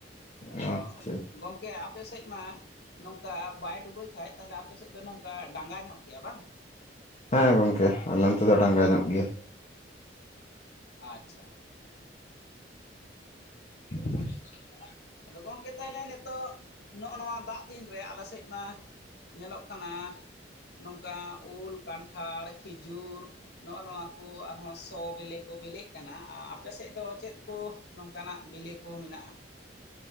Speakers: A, on the left (about 60°); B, on the left (about 40°).
A: ᱟᱫᱚ
B: ᱦᱩᱸ ᱟᱪᱪᱷᱟ
A: ᱜᱚᱢᱠᱮ ᱟᱯᱮ ᱥᱮᱫ ᱢᱟ, ᱱᱚᱝᱠᱟ ᱵᱟᱭ ᱰᱩᱵᱟᱹᱭ ᱠᱷᱟᱡ ᱛᱟᱦᱚᱞᱮ ᱟᱯᱮᱥᱮᱫ ᱫᱚ ᱱᱚᱝᱠᱟ ᱰᱟᱸᱜᱟ ᱧᱚᱜ ᱜᱮᱭᱟ ᱵᱟᱝ᱾
B: ᱦᱮᱸ ᱜᱚᱝᱠᱮ ᱟᱞᱮ ᱱᱚᱛᱮ ᱫᱚ ᱰᱟᱸᱜᱟ ᱧᱚᱜ ᱜᱮᱭᱟ᱾
A: ᱟᱪᱪᱷᱟ
B: <unintelligible>
A: ᱟᱫᱚ ᱜᱚᱝᱠᱮ ᱛᱟᱦᱚᱞᱮ ᱱᱤᱛᱚᱜ ᱱᱚᱜᱼᱚ ᱱᱚᱣᱟ ᱫᱟᱜ ᱫᱤᱱᱨᱮ ᱟᱞᱮ ᱥᱮᱫ ᱢᱟᱼᱼ ᱧᱮᱞᱚᱜ ᱠᱟᱱᱟ ᱱᱚᱝᱠᱟ ᱩᱞ ᱠᱟᱱᱴᱷᱟᱲ ᱠᱷᱤᱡᱩᱨᱼᱼ ᱱᱚᱜᱼᱚ ᱱᱚᱣᱟ ᱠᱚ ᱟᱨᱦᱚᱸ ᱥᱚ ᱵᱤᱞᱤ ᱠᱚ ᱵᱤᱞᱤᱜ ᱠᱟᱱᱟ ᱟᱯᱮ ᱥᱮᱫ ᱫᱚ ᱪᱮᱫ ᱠᱚ? ᱱᱚᱝᱠᱟᱱᱟᱜ ᱵᱤᱞᱤ ᱠᱚ ᱢᱮᱱᱟᱜᱼᱟ᱾